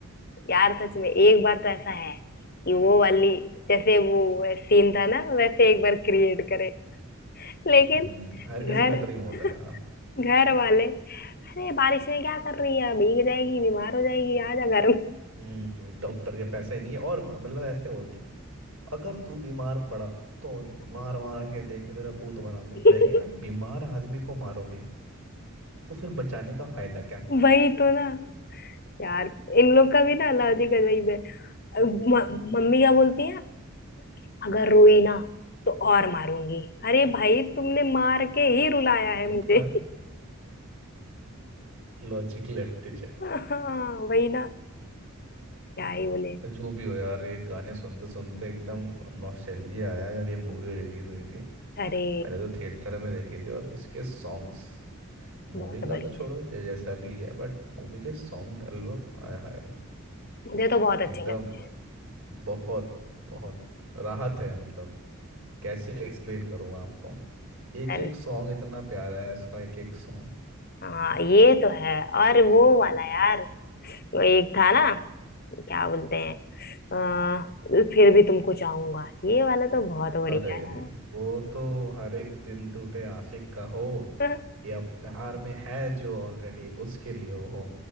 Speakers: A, on the left (about 45°); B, on the right (about 70°).
A: यार सच में एक बार तो ऐसा है कि वो वाली जैसे वो सीन था ना वैसे एक बार क्रिएट करे लेकिन
B: हम्म हर किसी
A: घर
B: का ड्रीम होता
A: <laughs>
B: है यार
A: घर वाले अरे बारिश में क्या कर रही है भीग जाएगी बीमार हो जाएगी आ जा घर में
B: हम्म डॉक्टर के पैसे नहीं है और मतलब ऐसे बोलते हैं, अगर तू बीमार पड़ा तो मार मार के देखे तेरा भूत बना दूं
A: <laughs>
B: मैं कह यार बीमार आदमी को मारोगे तो फिर बचाने का फायदा क्या
A: वही तो ना यार इन लोग का भी ना लॉजिक अजीब है म- मम्मी क्या बोलती है अगर रोई ना तो और मारूंगी अरे भाई तुमने मार के ही रुलाया है
B: चुप
A: मुझे
B: का लॉजिक लेफ्ट द चैट
A: <laughs> हाँ वही ना क्या ही बोले
B: पर जो भी हो यार ये गाने सुनते सुनते एकदम नॉस्टैल्जिया आया जब ये मूवी रिलीज हुई थी
A: अरे
B: मैंने तो थिएटर में देखी थी और इसके सॉन्ग्स मूवी
A: बहुत
B: का
A: बढ़िया
B: तो छोड़ो
A: है
B: जो जैसा भी है बट मूवी के सॉन्ग एल्बम आय हाय
A: मुझे तो बहुत अच्छे
B: एकदम
A: लगते हैं
B: बहुत बहुत राहत है मतलब कैसे एक्सप्लेन करूँ मैं आपको एक
A: अरे
B: एक सॉन्ग इतना प्यारा है इसका एक एक सॉन्ग
A: हाँ ये तो है और वो वाला यार वो एक था ना क्या बोलते हैं अ, फिर भी तुमको चाहूंगा ये वाला तो बहुत बढ़िया
B: अरे
A: है
B: वो तो हर एक दिल टूटे आशिक का हो
A: <laughs>
B: या प्यार में है जो ऑलरेडी उसके लिए हो